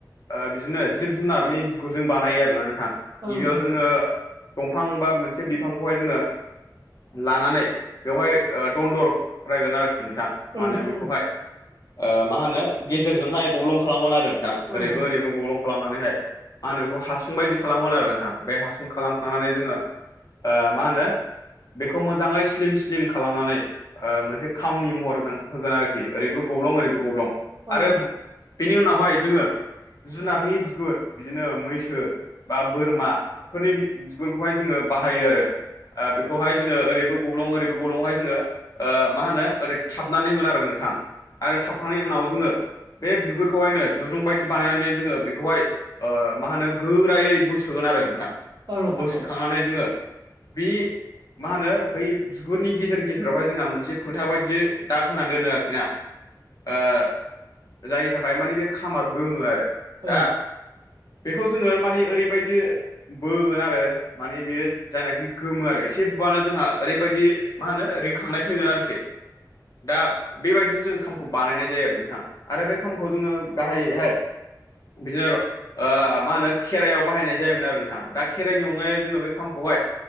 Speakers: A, on the left (about 50°); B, on the right (about 60°).
A: ओ बिदिनो जिब-जुनारनि बिगुरजों बानायो आरोना नोंथां
B: औ
A: गिबियाव
B: नोंथां
A: जोङो
B: औ
A: दंफां बा मोनसे बिफांखौहाय जोङो लानानै बेवहाय दन्दर खुरायगोन आरोखि नोंथां
B: औ
A: मानो
B: नोंथां
A: बेखौहाय
B: औ
A: ओ मा होनो गेजेरजोंहाय गब्लं खालामगोन आरो नोंथां
B: औ
A: ओरैबो-ओरैबो
B: औ
A: गब्लं खालामनानैहाय मा होनो बेखौ हासुं बायदि खालामगोन आरो नोंथां बे हासुं खालाम थांनानै जोङो ओ मा होनो बेखौ मोजाङै स्लिम-स्लिम खालामनानै ओ मोनसे खामनि महर होग होगोन आरोखि ओरैबो गब्लं ओरैबो गब्लं
B: औ
A: आरो
B: नोंथां औ नोंथां औ
A: बेनि उनावहाय जोङो जुनारनि बिगुर बिदिनो मैसो बा बोरमा बेफोरनि बिगुरखौहाय जोङो बाहायो आरो। ओ बेखौहाय जोङो ओरैबो गब्लं ओरैबो गब्लं हाय जोङो ओ मा होनो ओरै थाबनानै होगोन आरो नोंथां आरो थाबखांनायनि उनाव जोङो बे बिगुरखौहायनो दुरुं बायदि बानायनानै जोङो बेखौहाय मा होनो ओ गोरायै बोसोगोन आरो नोंथां।
B: औ नोंथां
A: बोसो
B: औ
A: खांनानै जोङो बे मा होनो बै बिगुरनि गेजेर गेजेरावहाय जोंहा मोनसे फोथा बायदि दाग होनानै दोनो आरोखि ना ओ जायनि थाखाय मानि बे खामा गोमो आरो
B: औ
A: दा बेखौ जोङो मानिओरैबायदि बोगोन आरो मानि बियो जायनाखि गोमो आरो एसे बुआनो जोंहा ओरैबायदि मा होनो रिखांनाय होगोन आरोखि दा बेबायदिनो जों खामखौ बानायनाय जायो आरो नोंथाङा आरो बे खामखौ जोङो गाहायैहाय बिदिनो ओ मा होनो खेराइायाव बाहायनाय जायोमोन आरो नोंथां। दा खेराइनि अनगायै जोङो बे खामखौहाय